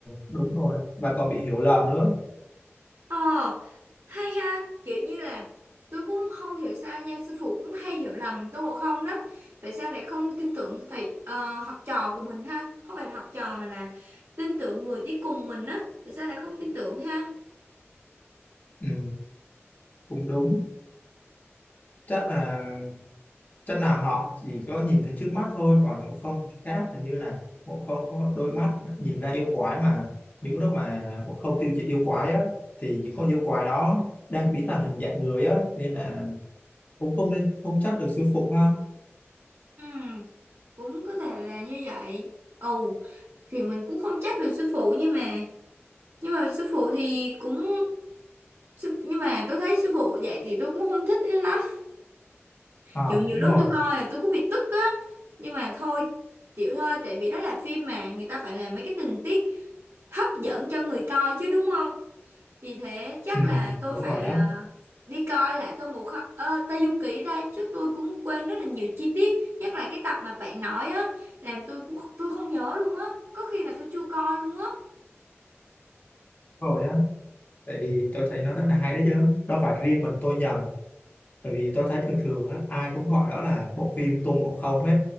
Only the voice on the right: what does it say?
ờ hay ha kiểu như là tôi cũng không hiểu sao nha sư phụ cũng hay hiểu lầm Tôn Ngộ Không lắm tại sao lại không tin tưởng thầy ờ, học trò của mình ha không phải là học trò mà là tin tưởng người đi cùng mình á tại sao lại không tin tưởng ha
ừ, cũng có thể là như vậy ồ thì mình cũng không trách được sư phụ nhưng mà nhưng mà sư phụ thì cũng sư- nhưng mà tôi thấy sư phụ dạy thì tôi cũng không thích lắm
kiểu nhiều
lúc
tôi coi là tôi cũng bị tức á nhưng mà thôi chịu thôi tại vì đó là phim mà người ta phải làm mấy cái tình tiết hấp dẫn cho người coi chứ đúng không vì thế chắc
là tôi
phải
ờ, đi coi lại Tô Ngộ Không ờ, Tây Du Ký đây chứ tôi cũng quên rất là nhiều chi tiết nhất là cái tập mà bạn nói á làm tôi cũng tôi không nhớ luôn á có khi là tôi chưa coi luôn á